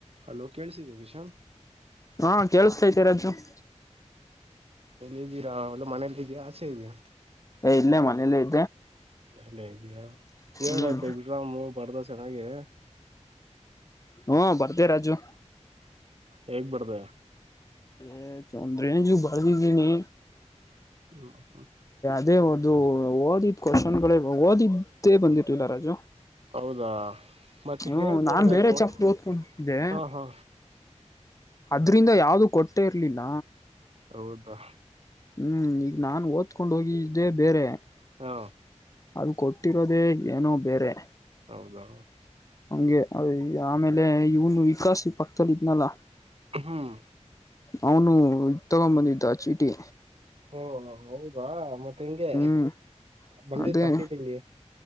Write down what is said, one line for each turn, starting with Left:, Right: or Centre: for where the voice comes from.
Right: ಹಲೋ ಕೇಳಿಸಿದ್ಯಾ ಕಿಶನ್
Left: ಹಾ ಕೇಳಸ್ತೈತೆ ರಾಜು <unintelligible>
Right: ಇದ್ದೀರಾ ಒ ಮನೇಲ್ಲಿ ಇದೆಯಾ ಆಚೆ ಇದೆಯಾ
Left: ಇಲ್ಲೇ ಮನೇಲ್ಲೆ ಇ
Right: ಎಲ್ಲ ಇದ್ಯಾ ಹೇಳ್ಬೇಕು
Left: ಹ್ಮ್
Right: ಎಕ್ಸಾಮು ಬರದ ಚೆನ್ನಾಗೆ
Left: ಹ್ಮ ಬರದೆ ರಾಜು
Right: ಹೆಗ್ ಬರದ್ದೇ
Left: ಏ ಒಂದ್ ರೇಂಜಿಗೆ ಬರದ್ದಿದ್ದೀನಿ
Right: ಹ್ಮ
Left: ಅದೇ ಓದು ಓದ್ದಿದ್ ಕೋಷನಗಳು ಓದಿದ್ದೇ ಬಂದಿರಲ್ಲಿಲ್ಲ ರಾಜು.
Right: ಹೌದಾ ಮತ್ತೆ
Left: ಹ್ಮ
Right: ಹೇಗ್
Left: ನಾನ್
Right: ಬರ್ದೆ
Left: ಬೇರೆ
Right: ಒಟ್
Left: ಚಪ್ಟರ್ ಓದ್ಕೊಂತ್ತಿದ್ದೆ
Right: ಹಾ ಹಾ
Left: ಅದ್ರಿಂದ ಯಾವುದು ಕೊಟ್ಟೆ ಇರ್ಲಿಲ್ಲ
Right: ಹೌದಾ
Left: ಹ್ಮ್ ಈಗ ನಾನ್ ಓದ್ಕೊಂಡ್ ಹೋಗಿದ್ದೆ ಬೇರೆ
Right: ಹಾ
Left: ಅದು ಕೊಟ್ಟಿರೋದೇ ಏನೋ ಬೇರೇ
Right: ಹೌದಾ
Left: ಹಂಗೆ ಅ ಆಮೇಲೆ ಇವನ್ ವ ಕಾಶಿ ಪಕ್ಕದಲ್ಲಿ ಇದ್ನಲ್ಲ
Right: ಹ್ಮ್
Left: ಅವನು ಇದ್ ತಗೊಂಡ ಬಂದಿದ್ದ ದ ಚೀಟಿ
Right: ಓ ಹೌದಾ ಮತ್ತೆ ಹೆಂಗೆ
Left: ಹ್ಮ್
Right: ಬಂದಿತ್ತ
Left: ಅದೇ
Right: ಚೀಟಿಲ್ಲಿ